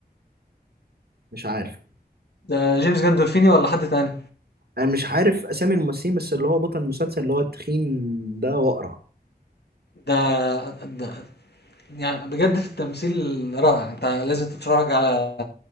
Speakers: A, on the right; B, on the left.
A: مش عارف
B: ده جيمس جandolfini ولا حد تاني؟
A: انا مش عارف اسامي الممثلين بس اللي هو بطل المسلسل اللي هو التخين ده واقرع
B: ده ده يعني بجد في التمثيل رائع انت لازم تتفرج على